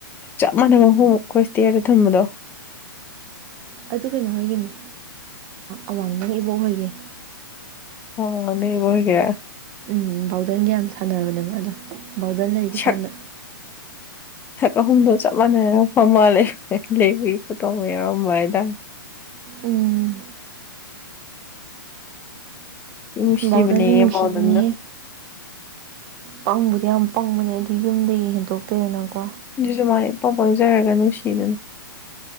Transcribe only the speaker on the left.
ꯆꯞ ꯃꯥꯟꯅꯕ ꯑꯍꯨꯝꯨꯛ ꯑꯩꯈꯣꯏ ꯇꯦꯔꯦ ꯊꯝꯕꯗꯣ
ꯑꯣ ꯅꯕꯍꯤꯒ
ꯁꯛ
ꯑꯍꯨꯝꯗꯣ ꯆꯞ ꯃꯥꯟꯅꯩꯔ ꯐ ꯃꯥꯜꯂ ꯂꯩꯕꯒꯤ ꯄꯣꯠꯇꯣ ꯌꯥꯎꯔꯝꯕ ꯍꯥꯏꯇꯥꯔꯦ
ꯅꯨꯡꯁꯤꯕꯅꯦꯌꯦ
ꯕꯥꯎꯗꯟꯗꯣ
ꯑꯗꯨꯁꯨ ꯃꯥꯏ ꯏ ꯄꯥꯎ ꯄꯪꯖꯔꯒ ꯅꯨꯡꯁꯤꯗꯨꯅ